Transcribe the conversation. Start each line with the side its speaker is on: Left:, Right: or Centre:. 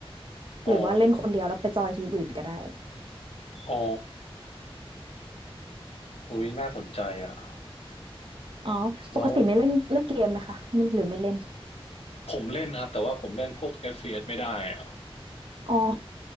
Left: อ๋อ
Right: หรือว่าเล่นคนเดียวแล้วไปจอยทีมอื่นก็ได้
Left: อ๋ออุ้ยน่าสนใจอ่ะ
Right: อ๋อปกติไม่เล่นเล่นเกมไหมคะมันหรือไม่เล่น
Left: แล้วผมเล่นครับแต่ว่าผมเล่นพวก FPS ไม่ได้อ่ะ
Right: อ๋อ